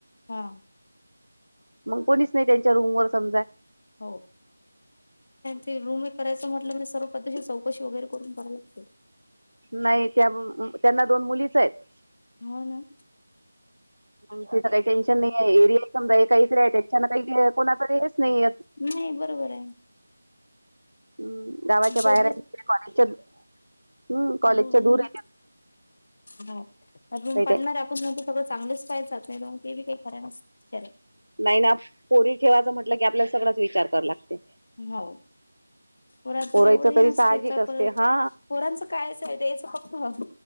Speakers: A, on the left; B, on the right.
A: हा
B: मग कोणीच नाही त्यांच्या रूमवर समजा
A: हो ते रूम एक करायचं म्हटलं मी सर्व पद्धतीची चौकशी वगैरे करून करा लागते.
B: नाही त्या त्यांना दोन मुलीच आहेत.
A: हो ना
B: तिचं काही टेन्शन नाही आहे एरिया समजा आहे काहीतरी त्याच्याना काही कोणाच रच नाही
A: नाही बरोबर आहे
B: हम् गावाच्या बाहेर
A: सोबत
B: <unintelligible> कॉलेजच्या हम्म कॉलेजच्या
A: रूम
B: दूर
A: हो
B: आहे
A: रूम पडणार
B: ते
A: आप पण मग ते सगळं चांगलेच पाहिज जात नाहीग ते बी काही फराय ना विचारे
B: नाही ना पोरी ठेवायचं म्हटलं की आपल्याला सगळंच विचार करा लागते.
A: हो पोरांच
B: पोरायचं
A: एवढं हे
B: तरी
A: नसते
B: साहजिक
A: का
B: असते
A: परत
B: हा
A: पोरांचं कायच आहेच द्याच फक्त